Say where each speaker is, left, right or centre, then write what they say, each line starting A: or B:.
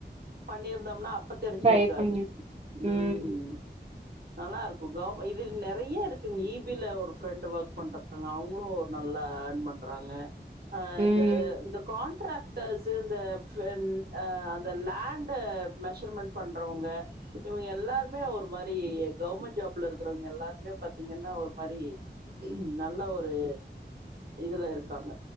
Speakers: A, on the right; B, on the right.
A: பண்ணியிருந்தோம்னா அப் ப தெரிஞ்சிருக்காது
B: ட்ரை பண்ணிருக்
A: உம்
B: ம்
A: நல்லா இருக்கு கவர் இது நெறைய இருக்குங்க ஈ பி ல ஒரு ஃப்ரெண்ட் ஒர்க் பண்றாங்க அவங்களு ஒரு நல்லா அர்ன் பண்றாங்க அஹ்
B: ம்
A: இந்த இந்த கான்ட்ராக்டர்ஸு இந்த ஃபின் ஆ அந்த லேண்ட மெஷர்மெண்ட் பண்றவங்க இவங்க எல்லாருமே ஒரு மாரி கவர்மெண்ட் ஜாப்ல இருக்கறவங்க எல்லாருமே பாத்தீங்கன்னா ஒரு மாரி நல்ல ஒரு இதுல இருக்காங்க